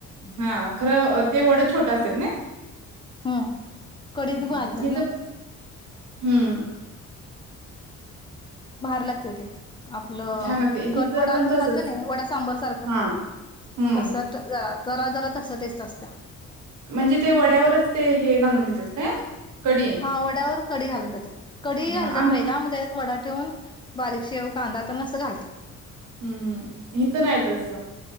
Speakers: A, on the right (about 70°); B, on the left (about 15°).
A: हा खरं ते वड छोटं असतत ना
B: हम्म कडीत
A: हम्
B: घालतात
A: हे
B: ना
A: तर हम्म
B: बाार लागते ते आपलं
A: छान लागते हिथं
B: कटवडा
A: पण
B: आपण
A: तसच
B: खातो ना वडा सांबर सारखं
A: हा हम्म
B: तस जरा जरा जरा तसं तेचत असत
A: म्हणजे ते वड्यावरच ते हे घालून देतात काय कडी
B: हा वडावर कडी घालून देतात कडीी
A: हा
B: घालतात
A: आम
B: पाहिज वडा ठेवून बारीक शेव कांदाातसं घालत
A: हम्म हम् इथं नाहीच अस